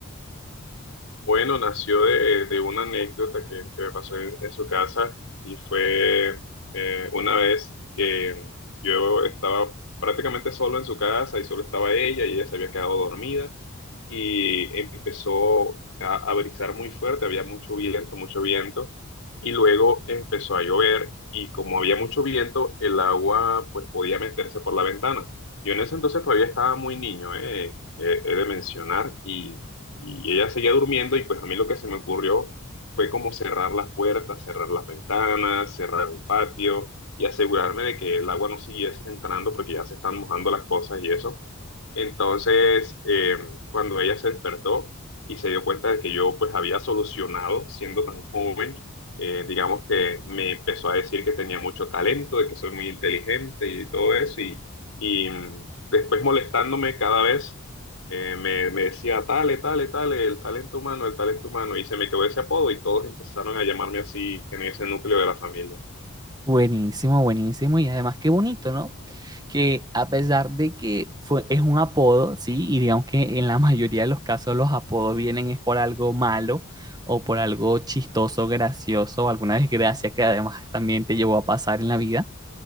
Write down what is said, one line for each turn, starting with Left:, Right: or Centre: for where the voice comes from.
Left: Bueno, nació de, de una anécdota que, que me pasó en, en su casa y fue eh, una vez que yo estaba prácticamente solo en su casa y solo estaba ella y ella se había quedado dormida y empezó a, a brisar muy fuerte, había mucho viento, mucho viento y luego empezó a llover y como había mucho viento, el agua pues podía meterse por la ventana. Yo en ese entonces todavía estaba muy niño, eh, eh, he de mencionar y ella seguía durmiendo y pues a mí lo que se me ocurrió fue como cerrar las puertas, cerrar las ventanas, cerrar el patio y asegurarme de que el agua no siguiese entrando porque ya se están mojando las cosas y eso. Entonces, eh, cuando ella se despertó y se dio cuenta de que yo pues había solucionado siendo tan joven, eh, digamos que me empezó a decir que tenía mucho talento, de que soy muy inteligente y todo eso, y, y mm, después molestándome cada vez, eh, me, me decía, tale, tale, tale, el talento humano, el talento humano, y se me quedó ese apodo y todos empezaron a llamarme así en ese núcleo de la familia.
Right: Buenísimo, buenísimo. Y además qué bonito, ¿no? que a pesar de que fue, es un apodo, ¿sí? Y digamos que en la <laughs> mayoría de los casos los apodos vienen es por algo malo o por algo chistoso, gracioso, o alguna desgracia que además también te llevó a pasar en la vida.